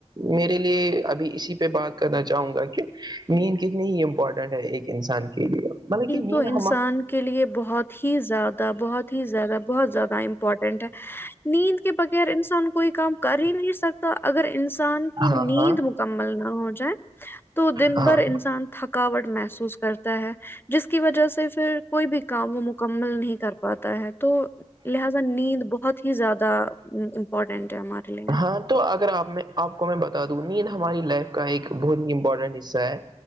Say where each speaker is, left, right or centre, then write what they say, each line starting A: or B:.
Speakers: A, on the right; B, on the left.
A: میرے لیے ابھی اسی پہ بات کرنا چاہوں گا کہ نیند کتنی ہی امپورٹن ایک انسان کے لیے مطلب کہ
B: تو
A: نیند
B: انسان
A: ہما
B: کے لیے بہت ہی زیادہ بہت ہی زیادہ بہت زیادہ امپورٹنٹ ہے نیند کے بغیر انسان کوئی کام کر ہی نہیں سکتا اگر انسان کی
A: ہاں
B: نیند
A: ہاں
B: مکمل نہ ہو جائے تو دن
A: ہاں
B: بھر انسان تھک تھکاوٹ محسوس کرتا ہے جس کی وجہ سے پھر کوئی بھی کام وہ مکمل نہیں کر پاتا ہے تو لہذا نیند بہت ہی زیادہ امپورٹینٹ ہے ہمارے لیے
A: ہاں تو اگر آپ میں آپ کو میں بتادوں میں ہماری لائف کا ایک بہت ہی امپورٹنٹ حصہ ہے